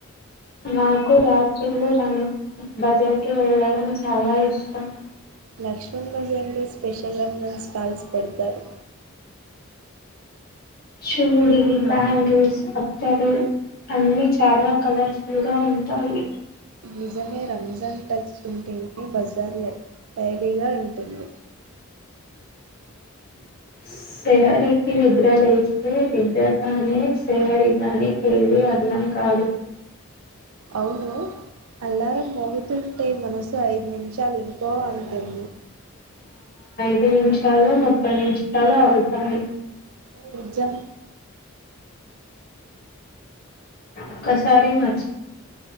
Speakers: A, on the left; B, on the right.
A: నాకు రాత్రిలు ర బజార్ కి వెళ్ళడం చాలా ఇష్టం
B: లక్ష్మణ్ బజార్ లో స్పెషల్ రజన్ స్టాల్స్ పెడతారు
A: చూడి బ్యాంగిల్స్ అత్తర్లు అన్ని చాలా కలర్ఫుల్గా ఉంటాయి
B: నిజమే రంజాన్ టచ్ ఉంటేని బజార్లో టైలీగా ఉంటుంది
A: సెహరికి నిద్ర లేస్తే విద్రగానే సెహరిగానే ఏది అర్థం కాదు
B: అవును అల్లారం మోగుతుంటే మనసు ఐదు నిమిషాలు ఇంకో అంటుంది
A: అ చాలా ముప్పై నుంచి చాలా అవద్ అడి
B: నిజం
A: ఒకసారి మ